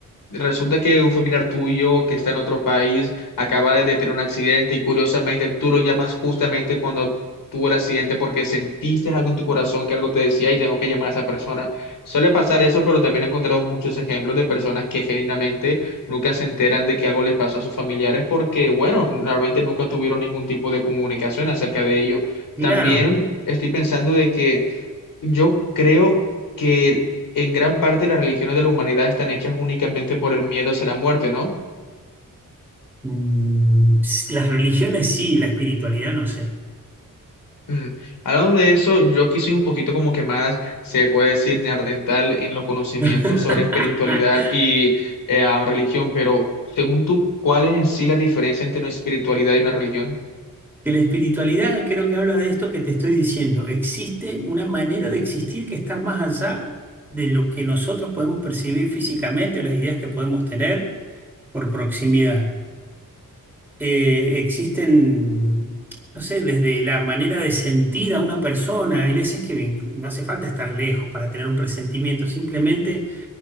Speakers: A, on the left; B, in the centre.
A: resulta que un familiar tuyo que está en otro país acaba de tener un accidente y curiosamente tú lo llamas justamente cuando tuvo el accidente porque sentiste algo en tu corazón que algo te decía y tengo que llamar a esa persona. Suele pasar eso, pero también encontramos muchos ejemplos de personas que genuinamente nunca se enteran de que algo les pasó a sus familiares porque, bueno, normalmente nunca tuvieron ningún tipo de comunicación acerca de ello.
B: Claro,
A: También estoy pensando de que yo creo que en gran parte las religiones de la humanidad están hechas únicamente por el miedo hacia la muerte, ¿no?
B: mm, las religiones sí, la espiritualidad no sé.
A: Mm. Hablando de eso, yo aquí soy un poquito como que más, se puede decir, neandertal en los conocimientos
B: <laughs>
A: sobre espiritualidad y eh, ah, religión, pero según tú, ¿cuál es en sí la diferencia entre una espiritualidad y una religión?
B: Que la espiritualidad creo que habla de esto que te estoy diciendo. Existe una manera de existir que está más allá de lo que nosotros podemos percibir físicamente o las ideas que podemos tener por proximidad. Eh, existen, no sé, desde la manera de sentir a una persona. Hay veces que vin- no hace falta estar lejos para tener un presentimiento. Simplemente